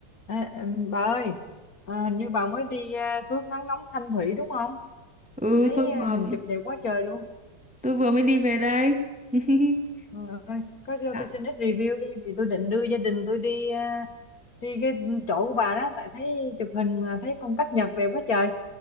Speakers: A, on the left (about 45°); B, in the centre.
A: à em- bà ơi, à, hình như bà mới đi à, suối khoáng nóng Thanh Thủy đúng không?
B: ừ
A: Tôi thấy
B: tôi
A: à,
B: vừa
A: hình chụp đẹp quá trời luôn.
B: tôi vừa mới đi về đây <laughs>
A: Ờ, ơi, có cho
B: Đã-
A: tôi xin ít review đi vì tôi định đưa gia đình tôi đi à, đi cái chỗ của bà đó tại thấy chụp hình mà thấy phong cách Nhật đẹp quá trời.